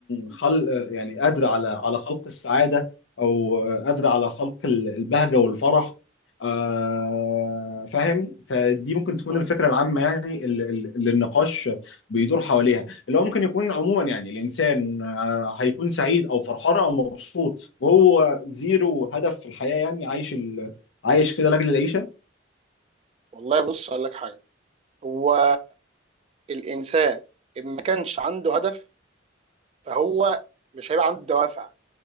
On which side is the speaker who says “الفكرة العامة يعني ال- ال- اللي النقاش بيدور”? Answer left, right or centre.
Left